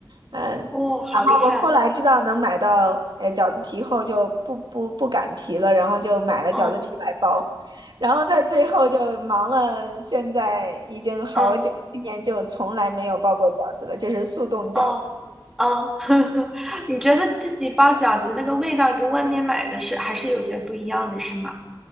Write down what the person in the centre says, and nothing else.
哦，好厉害！
嗯
哦，哦
嗯
哦哦，<laughs> 你觉得自己包饺子那个味道跟外面买的是还是有些不一样的，是吗？